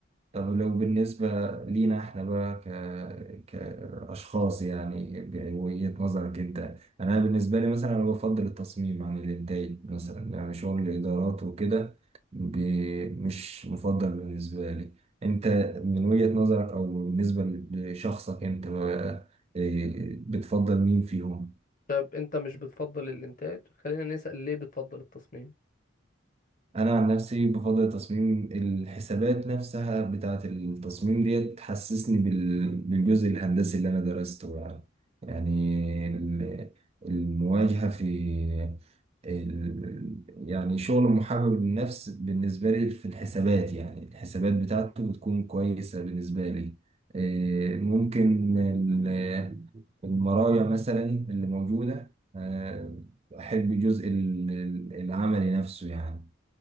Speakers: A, on the right; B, on the left.
A: طب لو بالنسبة لينا احنا بقى ك... كأشخاص يعني بوجهة نظرك انت انا بالنسبة لي مثلا انا بفضل التصميم عن الانتاج مثلا يعني شغل الادارات وكده ب... مش مفضل بالنسبة لي انت من وجهة نظرك او بالنسبة لشخصك انت بقى إيه، بتفضل مين فيهم؟
B: طب انت مش بتفضل الانتاج خلينا نسأل ليه بتفضل التصميم
A: انا عن نفسي بفضل تصميم الحسابات نفسها بتاعه التصميم ديت تحسسني بال- بالجزء الهندسي اللي انا درسته يعني يعني ال- المواجهه في ال... يعني شغل محبب للنفس بالنسبه لي في الحسابات يعني الحسابات بتاعته بتكون كويسه بالنسبه لي إيه، ممكن ال- المراجع مثلا اللي موجوده آه، احب جزء ال- ال- العملي نفسه يعني